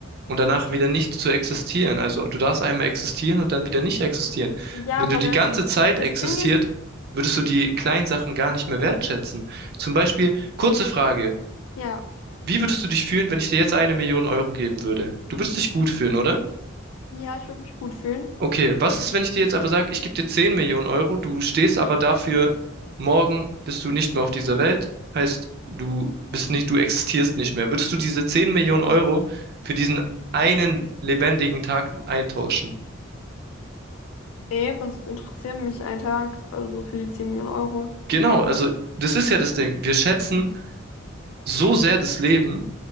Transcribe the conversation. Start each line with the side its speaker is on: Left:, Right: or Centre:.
Right: und danach wieder nicht zu existieren. Also du darfst einmal existieren und dann wieder nicht existieren.
Left: Ja,
Right: Wenn
Left: aber
Right: du die
Left: das,
Right: ganze Zeit
Left: das
Right: existiert,
Left: Ding ist,
Right: würdest du die kleinen Sachen gar nicht mehr wertschätzen. Zum Beispiel, kurze Frage,
Left: ja,
Right: wie würdest du dich fühlen, wenn ich dir jetzt eine Million Euro geben würde? Du würdest dich gut fühlen, oder?
Left: ja, ich würde mich gut fühlen.
Right: Okay, was ist, wenn ich dir jetzt aber sage, ich gebe dir 10 Millionen Euro, du stehst aber dafür, morgen bist du nicht mehr auf dieser Welt, heißt, du bist nicht, du existierst nicht mehr. Würdest du diese 10 Millionen Euro für diesen einen lebendigen Tag eintauschen?
Left: Nee, was interessiert mich ein Tag? Also für die 10 Millionen Euro.
Right: Genau, also das ist ja das Ding. Wir schätzen so sehr das Leben